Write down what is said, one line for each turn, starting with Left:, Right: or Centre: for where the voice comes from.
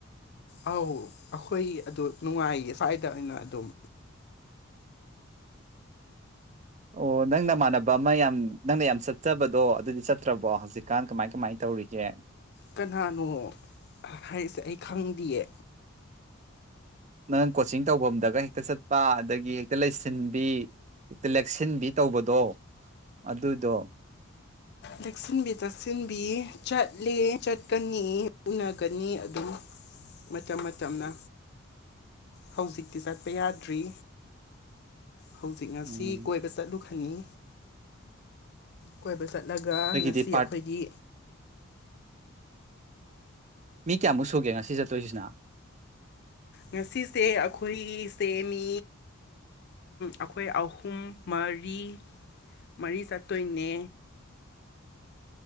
Left: ꯑꯧ ꯑꯩꯈꯣꯏ ꯑꯗꯨ ꯅꯨꯡꯉꯥꯏꯌꯦ ꯁ꯭ꯋꯥꯏꯗ ꯑꯣꯏꯅ ꯑꯗꯨꯝ
Right: ꯑꯣ ꯅꯪ ꯅꯃꯥꯟꯅꯕ ꯑꯃ ꯌꯥꯝ ꯅꯪꯅ ꯌꯥꯝ ꯆꯠꯆꯕꯗꯣ ꯑꯗꯨꯗꯤ ꯆꯠꯇ꯭ꯔꯕꯣ ꯍꯧꯖꯤꯛꯀꯥꯟ ꯀꯃꯥꯏ ꯀꯃꯥꯏ ꯇꯧ ꯇꯧꯔꯤꯁꯦ
Left: ꯀꯅꯥꯅꯣ ꯍꯥꯏꯔꯤꯁꯦ ꯑꯩ ꯈꯪꯗꯌꯦ
Right: ꯅꯪ ꯀꯣꯆꯤꯡ ꯇꯧꯐꯝꯗꯒ ꯍꯦꯛꯇ ꯆꯠꯄ ꯑꯗꯒꯤ ꯍꯦꯛꯇ ꯂꯩꯁꯤꯟꯕꯤ ꯍꯦꯛꯇ ꯂꯦꯛꯁꯤꯟꯕꯤ ꯇꯧꯕꯗꯣ ꯑꯗꯨꯗꯣ
Left: ꯇꯛꯁꯤꯟꯕꯤ ꯇꯛꯁꯤꯟꯕꯤ ꯆꯠꯂꯦ ꯆꯠꯀꯅꯤ ꯎꯅꯒꯅꯤ ꯑꯗꯨ ꯃꯇꯝ ꯃꯇꯝꯅ ꯍꯧꯖꯤꯛꯇꯤ ꯆꯠꯄ ꯌꯥꯗ꯭ꯔꯤ ꯍꯧꯖꯤꯛ ꯉꯁꯤ
Right: ꯎꯝ
Left: ꯀꯣꯏꯕ ꯆꯠꯂꯨ ꯈꯉ ꯀꯣꯏꯕ ꯆꯠꯂ ꯆꯠꯂꯒ
Right: ꯅꯣꯏꯒꯤꯗꯤ
Left: ꯉꯁꯤ
Right: ꯄꯥꯔꯠ
Left: ꯑꯩꯈꯣꯏꯒꯤ
Right: ꯃꯤ ꯀꯌꯥꯃꯨꯛ ꯁꯨꯒꯦ ꯉꯁꯤ ꯆꯠꯇꯣꯏꯁꯤꯅ
Left: ꯉꯁꯤꯁꯦ ꯑꯩꯈꯣꯏꯁꯦ ꯃꯤ ꯑꯩꯈꯣꯏ ꯑꯍꯨꯝ ꯑꯔꯤ ꯃꯔꯤ ꯆꯥꯠꯇꯣꯏꯅꯦ